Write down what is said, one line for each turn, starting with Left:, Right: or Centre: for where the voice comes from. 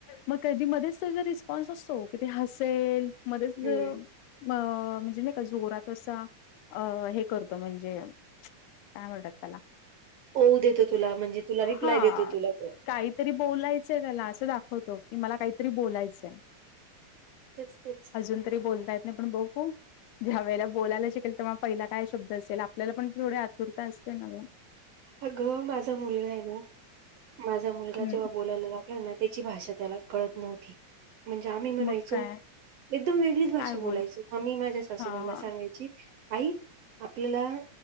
Left: मग कधी मध्येच तर जर रिस्पॉन्स असतो कि ते हसेल मध्येच जर
Right: हम्म
Left: अ म्हणजे नाही का जोरातं अ हे करतो म्हणजे काय म्हणतात त्याला
Right: हो देतो तुला म्हणजे तुला रिप्लाय
Left: हा
Right: देतो तुला त
Left: काहीतरी बोलायचंय त्याला असं दाखवतो की मला काहीतरी बोलायचंय
Right: तेच तेच
Left: अजून तरी बोलतायेत नाही पण बऊ ज्या वेळेला बोलायला शिकेल तेव्हा पहिला काय शब्द असेल आपल्याला पण थोडी आतुरता असते नाग
Right: अगं माझा मुलगा आहे ना माझा मुलगा
Left: हं,
Right: जेव्हा बोलायला लागला ना त्याची भाषा त्याला कळत नव्हती म्हणजे आम्ही म्हणायचो
Left: मग काय
Right: एकदम वेगळीच भाषा
Left: काय
Right: बोलायचो
Left: बोल
Right: मग मी माझ्या सासूबाईला
Left: हा हा
Right: सांगायची आई आपल्याला